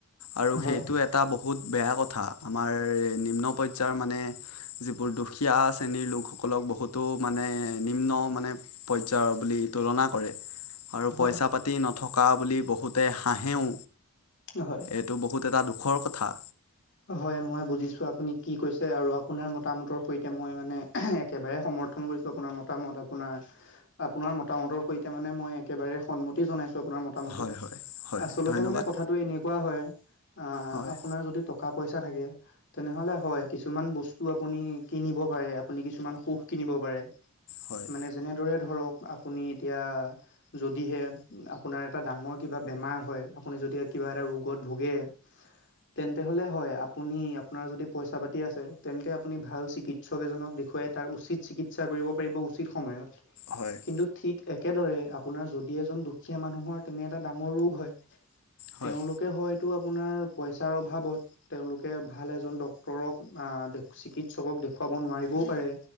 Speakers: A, on the left; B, on the left.
A: আৰু
B: হয়
A: সেইটো এটা বহুত বেয়া কথা, আমাৰ নিম্ন পৰ্যায়ৰ মানে যি দুখীয়া শ্ৰেণীৰ লোকসকলক বহুতো মানে নিম্ন মানে পৰ্যায়ৰ বুলি তুলনা কৰে আৰু
B: হয়
A: পইচা-পাতি নথকা বুলি বহ বহুতে হাঁহেও,
B: হয়
A: এইটো বহুত এটা দুখৰ কথা।
B: হয়, মই বুজিছো আপুনি কি কৈছে আৰু আপোনাৰ মতামতৰ সৈতে এতিয়া মই মানে একেবাৰে সমৰ্থন কৰিছো আপোনাৰ মতামত, আপোনাৰ-আপোনাৰ মতামতৰ সৈতে মানে মানে মই একেবাৰে সন্মতি জনাইছো আপোনাৰ মতামতত,
A: হয় হয় হয়
B: আচলতে
A: ধন্যবাদ
B: মানে কথাটো এনেকোৱা হয় আহ,
A: হয়
B: আপোনাৰ যদি টকা-পইচা থাকে, তেনেহলে হয় কিছুমান ব- স্তু আপুনি কিনিব পাৰে, আপুনি কিছুমান সুখ কিনিব পাৰে,
A: হয়
B: মানে যেনেদৰে ধৰক আপুনি এতিয়া, যদিহে আপোনাৰ এটা ডাঙৰ কিবা বেমাৰ হয়, আপুনি যদি কিবা এটা ৰোগত ভোগে তেন্তে হ'লে হয়, আপুনি আপোনাৰ যদি পইচা- পাতি আছে, তেন্তে আপুনি ভাল চি কিৎসক এজনক দেখোৱাই তাৰ উচিত চিকিৎসা কৰিব পাৰিব, উচিত সময়ত।
A: হয় হয়
B: কিন্তু ঠিক একেদৰে আপোনাৰ যদি এজন দুখীয়া মানুহৰ তেনে এটা ডাঙৰ ৰোগ হয়,
A: হয়
B: তেওঁলোকে হয়টো আপোনাৰ পইচাৰ অভাৱত তেওঁলোকে ভাল এজন ডক্তৰক, চিকিৎসকক দেখুৱাব নোৱাৰিবও পাৰে।